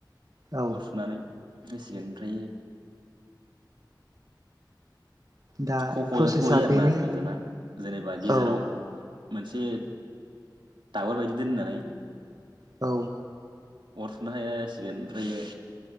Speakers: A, on the right; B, on the right.
A: औ
B: अर सुनानै होसिगोन ओमफ्रायो
A: दा
B: खफ'जोंसो
A: प्रसेसा
B: गयो आरोना
A: बेनो
B: जुमाय गोराना जेनेबा गेजेराव
A: औ
B: मोनसे दाबोर बायदि दोननानै
A: औ
B: अर सुना होसिगोन ओमफ्रायो